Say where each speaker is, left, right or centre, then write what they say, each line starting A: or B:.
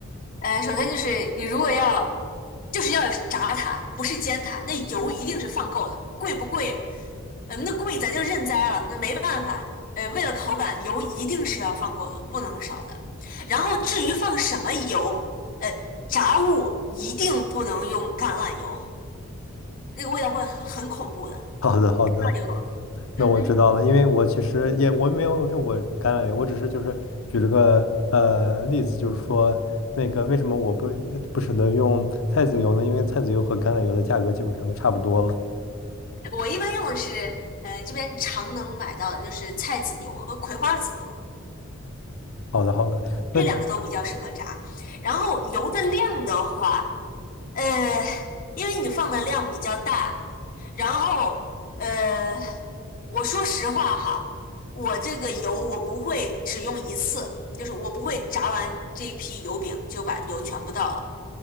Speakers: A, on the left (about 40°); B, on the left (about 70°).
A: 呃，首先就是你如果要，就是要炸它，不是煎它，那油一定是放够的，贵不贵？呃，那贵咱就认栽了，那没办法。呃，为了口感，油一定是要放够的，不能少的。然后至于放什么油，呃，炸物一定不能用橄榄油，那个味道会很很恐怖的。
B: <laughs> 好的，好的，
A: 那榄油，
B: 那我知道了，
A: 嗯嗯，
B: 因为我其实也我没有用过橄榄油，我只是就是举了个呃例子，就是说那个为什么我不呃不舍得用菜籽油呢？因为菜籽油和橄榄油的价格基本上都差不多了。
A: 我一般用的是呃这边常能买到的，就是菜籽油和葵花籽油。
B: 好的，好的。那
A: 这两个都比较适合炸。然后油的量的话，呃，因为你放的量比较大，然后呃，我说实话哈，我这个油我不会只用一次，就是我不会炸完这一批油饼就把油全部倒了。